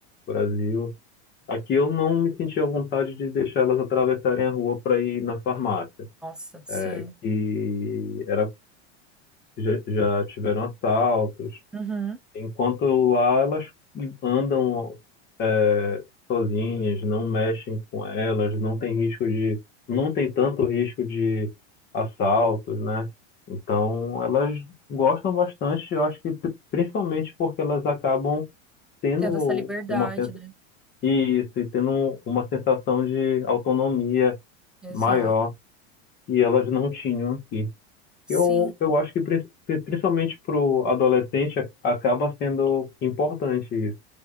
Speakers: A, on the left; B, in the centre.
A: Brasil. Aqui eu não me sentia à vontade de deixar elas atravessarem a rua para ir na farmácia,
B: Nossa, sim.
A: é, que era já, já tiveram assaltos.
B: Uhum.
A: Enquanto lá elas andam é, sozinhas, não mexem com elas, não tem risco de, não tem tanto risco de assaltos, né? Então elas gostam bastante, eu acho que pri- principalmente porque elas acabam tendo
B: Tendo essa liberdade,
A: uma sen-
B: né?
A: isso, e tendo uma sensação de autonomia
B: Exato.
A: maior que elas não tinham aqui.
B: Sim,
A: Eu, eu acho que prin- principalmente para o adolescente a- acaba sendo importante isso.